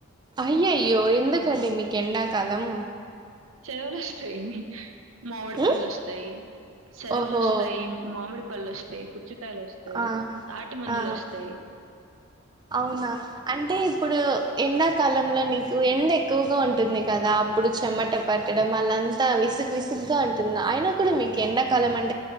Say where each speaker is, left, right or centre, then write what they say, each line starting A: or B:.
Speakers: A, on the right (about 20°); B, on the right (about 70°).
A: అయ్యయ్యో ఎందుకండి మీకు ఎండాకాలం
B: సెలవులు వస్తాయి అని మామిడి పళ్ళు
A: ఉమ్
B: వస్తాయి సెలవులు
A: ఓహో
B: వస్తాయి మామిడి పళ్ళు వస్తాయి వస్తాయి
A: ఆహా
B: తాటి ముంజలు
A: ఆ
B: వస్తాయి
A: అవునా అంటే ఇప్పుడు ఎండాకాలంలో నీకు ఎండ ఎ ఎక్కువగా ఉంటుంది కదా అప్పుడు చెమట పట్టడం అళ్లంతా విసుగు విసుగ్గా ఉంటుంది అయినా కూడా మీక్ ఎండాకాలమం